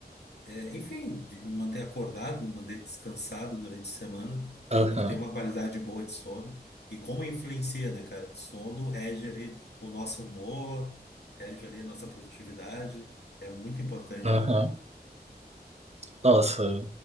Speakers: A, on the left (about 85°); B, on the right (about 40°).
A: é, enfim, de me manter acordado, me manter descansado durante a semana,
B: Aham.
A: por ter uma qualidade boa de sono. E como influencia, né, cara? O sono rege ali o nosso humor, rege ali a nossa produtividade. É muito importante,
B: Aham.
A: né?
B: Nossa,